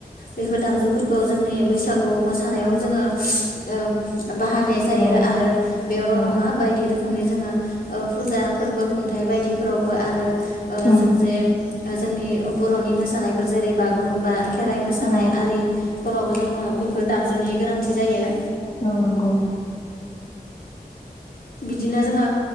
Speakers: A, on the left (about 70°); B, on the left (about 40°).
A: बेफोर दामजुफोरखौ जोंनि बैसागु मोसानायाव जोङो ओ बाहायनाय जायो
B: औ
A: आरो बेयावल'
B: औ
A: नङा बायदि रोखोम रोखोमनि जोङो फुजा फोरबो खुंथाइ बायदिफोरावबो आरो ओ
B: उम
A: जों जे जोंनि बर'नि मोसानायफोर जेरै बागुरुम्बा खेराइ मोसानाय
B: औ
A: आरि फोरावबो जोंनो बेफोर दामजुनि गोनांथि जायो
B: औ नंगौ
A: बिदिनो जोङो